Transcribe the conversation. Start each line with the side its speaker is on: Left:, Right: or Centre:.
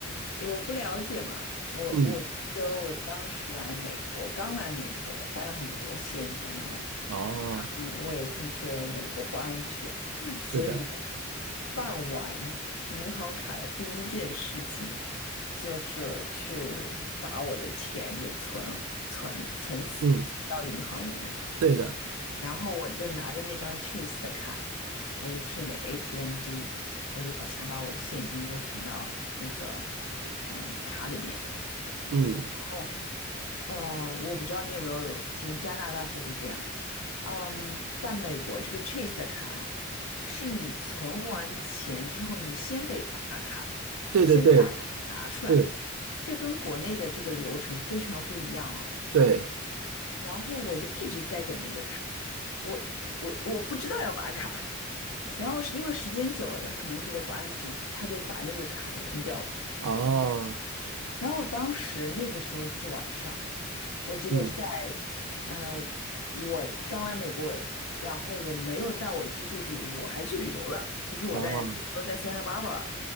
Left: 因为我不了解嘛，我我记得我当时来美国，
Right: 嗯，
Left: 刚来美国，带了很多现金来。
Right: 哦，
Left: 嗯，我也听说美国不安全，所以我
Right: 是的，
Left: 办完银行卡的第一件事情就是去把我的钱给存存存起存到银行里面。
Right: 嗯，对的，
Left: 然后我就拿着那张 Chase 的卡，我就去那 ATM 机，我就把想把我的现金都存到那个嗯卡里面。然
Right: 嗯，
Left: 后呃，我不知道你有没有进加拿大是不是这样？嗯，在美国这个 Chase 的卡是你存完钱之后，你先得拔卡，
Right: 对对对，
Left: 你先得把卡拿出来，
Right: 是，
Left: 这跟国内的这个流程非常不一样啊。
Right: 对，
Left: 然后我就一直在等那个卡，我我我不知道要拔卡。然后是因为时间久了，他可能觉得不安全，他就把那个卡给吞掉了。
Right: 哦，
Left: 然后当时那个时候是晚上，我记得是在，
Right: 嗯
Left: 呃，我刚来美国，然后我没有在我居住地，我还去旅游了。其实我在那个时候在
Right: 哦，
Left: Santa Barbara，